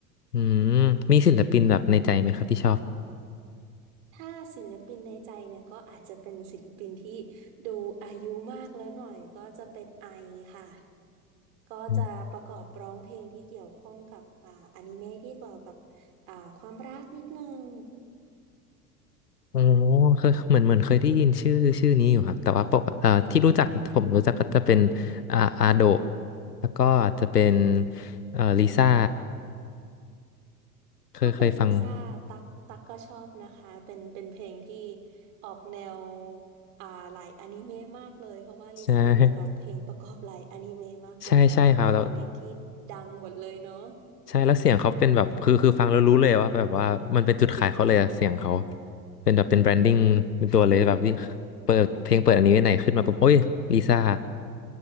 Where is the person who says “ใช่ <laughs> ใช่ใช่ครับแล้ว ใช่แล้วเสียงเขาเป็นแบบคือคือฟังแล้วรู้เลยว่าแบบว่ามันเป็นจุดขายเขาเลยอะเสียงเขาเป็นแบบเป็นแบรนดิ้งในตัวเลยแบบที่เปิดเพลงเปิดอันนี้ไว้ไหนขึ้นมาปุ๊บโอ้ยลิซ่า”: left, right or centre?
Left